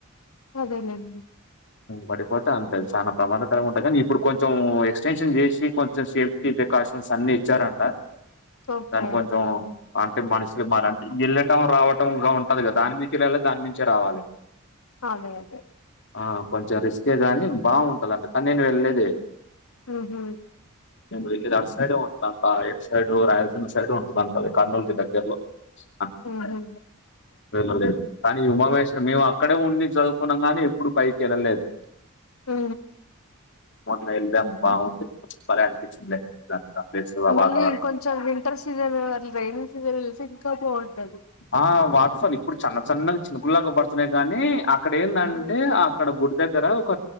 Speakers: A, on the left; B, on the left.
A: అదేలేండి
B: పడిపోతే అంతే చాల ప్రమాదకరంగా ఉంటుంది కానీ ఇప్పుడు కొంచెం ఎక్స్టెన్షన్ చేసి కొంచెం సే ప్రికాషన్స్ అన్ని ఇచ్చారంట
A: ఓకే
B: దాన్ని కొంచెం అంటే మనుషులు మరి అంటే వెళ్ళటం రావటం ఉంటుంది కదా దాని నునికి వెళ్ళలి దాని నుంచే రావాలి
A: అదే అదే
B: ఆ కొంచెం రిస్కే గాని బాగుంటది అంట కానీ నేను వెళ్లేదే
A: ఉహ
B: <unintelligible> ఇది అట్ సైడ్ ఉంట అంతా ఎడ్ సైడు రాయలసీమ సైడ్ ఉంటుంది అంత అ కర్నూల్కి దగ్గర్లో <unintelligible>
A: ఉహు
B: కానీ ఉమామేశ్వర్ మేము అక్కడే ఉండి చదువుకున్న గానీ ఎప్పుడు పైకి వెళ్ళలేదు
A: ఉ
B: మొన్న వెళ్ళాం బలే అనిపించింది <unintelligible>
A: మళ్ళీ
B: వాతావరణం
A: <unintelligible> వింటర్ సీజన్ వా రైనీ సీజన్ <unintelligible> ఇంకా బాగుంటది
B: ఆ వాటర్ఫాల్ ఇప్పుడు చిన్నచన్న చిన్నకుల్లాగ పడుతున్నాయి కాని అక్కడ ఎందంటే
A: ఉమ్,
B: అక్కడ గుడి దగ్గర ఒక